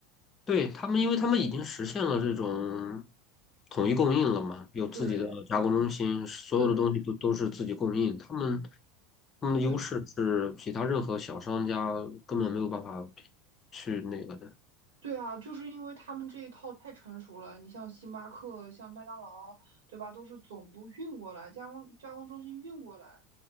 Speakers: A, on the left; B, on the right.
A: 对，他们，因为他们已经实现了这种统一供应了嘛，有自己的加工中心，
B: 对
A: 所有的东西都都是自己供应。
B: 对
A: 他们，他们的优势是其他任何小商家根本没有办法比去那个的。
B: 对对啊，就是因为他们这一套太成熟了。你像星巴克、像麦当劳，对吧？都是总部运过来，加工加工中心运过来，